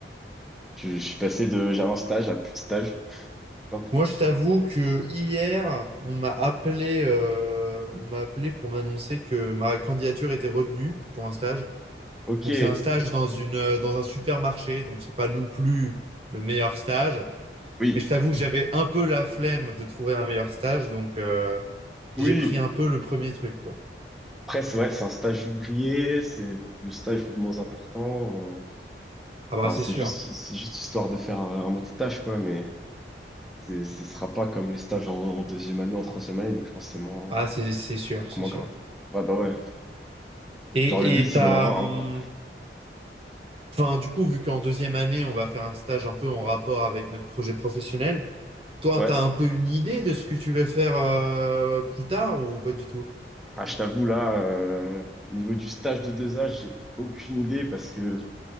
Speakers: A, in the centre; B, on the right (about 30°).
A: je, je suis passé de j'avais un stage à plus de stage d'un coup.
B: Moi, je t'avoue que hier, on m'a appelé, euh, on m'a appelé pour m'annoncer que ma candidature était retenue pour un stage.
A: Ok,
B: Donc, c'est un stage dans une, euh, dans un supermarché. Donc, c'est pas non plus le meilleur stage.
A: oui,
B: Mais je t'avoue que j'avais un peu la flemme de trouver un meilleur stage. Donc, euh,
A: oui,
B: j'ai pris un peu le premier truc, quoi.
A: presque, ouais, c'est un stage ouvrier, c'est le stage le moins important. euh,
B: Ah, bah,
A: Enfin,
B: c'est
A: c'est
B: sûr.
A: juste, c'est juste histoire de faire un, un mois de stage, quoi, mais c'est- ce sera pas comme les stages en, deuxième année, en troisième année, donc je pense que c'est moins,
B: Ah, c'est c'est sûr,
A: beaucoup
B: c'est
A: moins
B: sûr.
A: grave. Ouais, bah ouais.
B: Et,
A: Genre, le but,
B: et
A: c'est
B: t'as,
A: d'en avoir
B: hum,
A: un, quoi.
B: enfin, du coup, vu qu'en deuxième année, on va faire un stage un peu en rapport avec notre projet professionnel, toi,
A: Ouais.
B: t'as un peu une idée de ce que tu veux faire euh, plus tard ou pas du tout?
A: Ah, je t'avoue, là, euh, niveau du stage de deux a j'ai aucune idée parce que